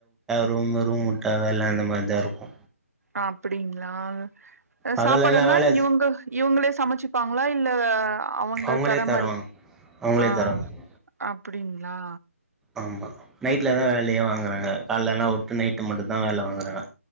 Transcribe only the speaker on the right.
அப்டிங்ளா அ
சாப்பாடெல்லா
இவுங்க இவுங்களே சமச்சிப்பாங்ளா இல்ல ஆ அவுங்க
தர
மாறி
ஆ அ
அப்புடிங்ளா